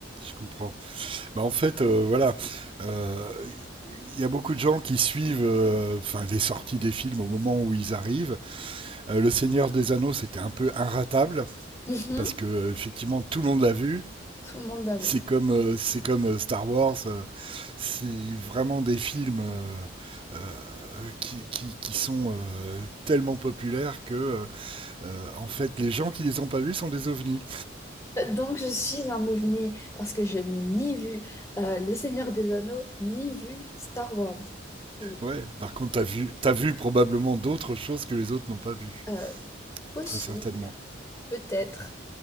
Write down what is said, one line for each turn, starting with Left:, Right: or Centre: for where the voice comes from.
Right: je comprends. Bah, en fait, euh, voilà, euh, il y a beaucoup de gens qui suivent euh, enfin les sorties des films au moment où ils arrivent. Euh, le Seigneur des Anneaux, c'était un peu inratable
Left: Mhm,
Right: parce que euh, effectivement tout le monde l'a vu.
Left: Tout le monde l'a vu.
Right: C'est comme euh, c'est comme euh, Star Wars, euh, c'est vraiment des films euh, euh, qui, qui, qui sont euh, tellement populaires que euh, en fait les gens qui les ont pas vus sont des ovnis.
Left: Donc, je suis un ovni parce que je n'ai ni vu euh, Le Seigneur des Anneaux, ni vu Star Wars. <laughs>
Right: Ouais, par contre, t'as vu, t'as vu probablement d'autres choses que les autres n'ont pas vues,
Left: Euh, possible,
Right: très certainement.
Left: peut-être,